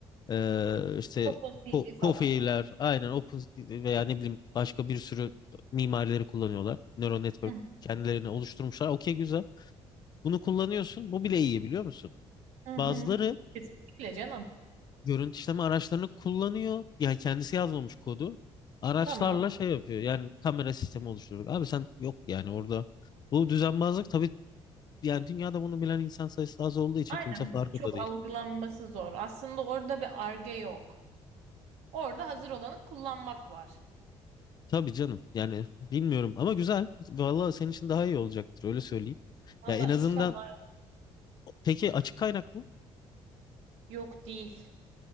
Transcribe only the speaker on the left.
Ee, işte
ko
Kofi'ler aynen Open veya ne bileyim başka bir sürü mimarileri kullanıyorlar. Neural network
kendilerini oluşturmuşlar. Okey güzel. Bunu kullanıyorsun. Bu bile iyi biliyor musun?
Bazıları
görüntü işleme araçlarını kullanıyor. Yani kendisi yazmamış kodu. Araçlarla
şey yapıyor. Yani kamera sistemi oluşturduk. Abi sen yok yani orada. Bu düzenbazlık tabii yani dünyada bunu bilen insan sayısı az olduğu için
kimse farkında
değil.
Tabii canım. Yani bilmiyorum ama güzel. Vallahi senin için daha iyi olacaktır öyle söyleyeyim.
Ya en azından
peki açık kaynak mı?